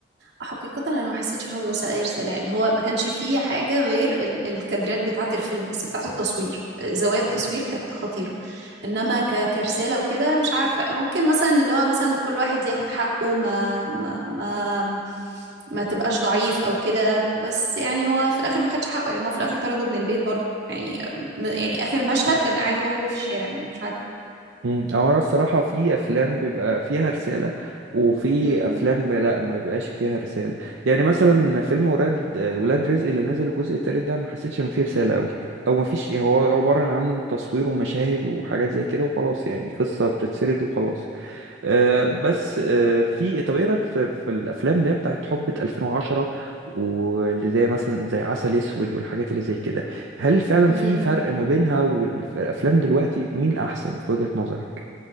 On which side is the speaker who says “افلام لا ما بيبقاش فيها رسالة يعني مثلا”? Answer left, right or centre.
Right